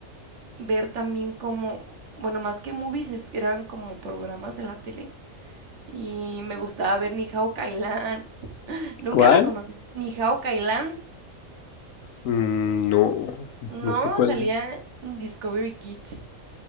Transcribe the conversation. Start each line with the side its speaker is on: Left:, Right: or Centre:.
Right: ver también como, bueno, más que movies, es que eran como programas en la tele. Y me gustaba ver Ni Hao Kai Lan. <laughs> ¿Nunca
Left: ¿Cuál?
Right: la conociste? Ni Hao Kai Lan
Left: Mm, No,
Right: No,
Left: no sé cuál
Right: salía
Left: es.
Right: en Discovery Kids